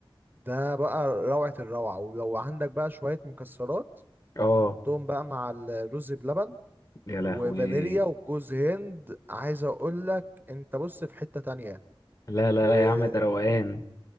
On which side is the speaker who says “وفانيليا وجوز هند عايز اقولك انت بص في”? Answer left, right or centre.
Right